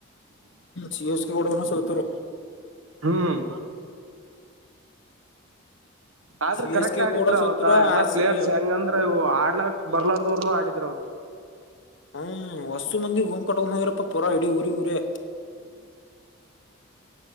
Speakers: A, on the left; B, on the right.
A: ಸಿ ಎಸ್ ಕೆ ಕೊಡನು ಸೋತರೆ.
B: ಹ್ಮ್ ಆದ್ರ
A: ಸಿ
B: ಕರೆಕ್ಟ್
A: ಎಸ್ ಕೆ
B: ಆಡಿದ್ರ
A: ಗೂಡ ಸೋತರು
B: ಅವತ್ತ ಎಲ್ಲ
A: ಆರ್
B: ಪ್ಲೇರ್ಸ್
A: ಸಿ ಬಿ
B: ಹೆಂಗಂದ್ರೆ ಇವು ಆಡ್ಲಾಕ್ ಬರ್ಲಾರ್ನು ಆಡಿದ್ರ ಅವತ್.
A: ಹ್ಮ್ ವಸ್ತು ಮಂದಿ ಕ <unintelligible> ಹೋಗರಪ್ಪ ಪೂರಾ ಇಡಿ ಉರಿಗ್ ಉರೆ.